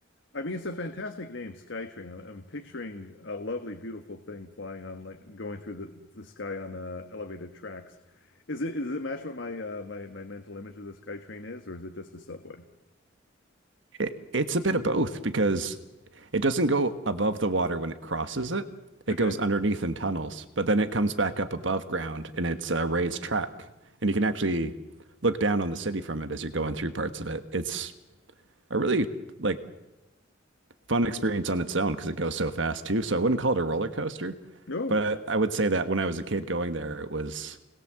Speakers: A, on the left; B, on the right.
A: I mean, it's a fantastic name, Skytrain. I'm, I'm picturing a lovely, beautiful thing flying on like going through the, the sky on uh, elevated tracks. Is it is it match what my uh, my my mental image of the Skytrain is, or is it just a subway?
B: it, it's a bit of both because it doesn't go above the water when it crosses it. It
A: Okay.
B: goes underneath in tunnels, but then it comes back up above ground and it's a raised track. And you can actually look down on the city from it as you're going through parts of it. It's a really like fun experience on its own because it goes so fast too. So I wouldn't call it a roller coaster,
A: no.
B: but I would say that when I was a kid going there, it was